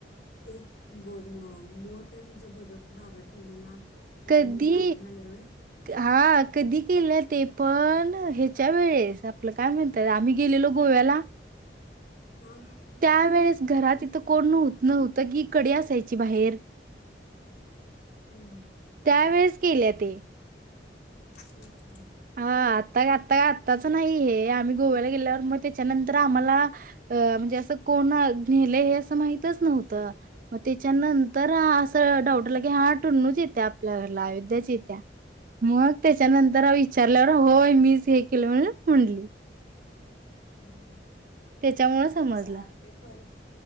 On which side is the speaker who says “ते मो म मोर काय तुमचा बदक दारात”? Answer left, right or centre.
Left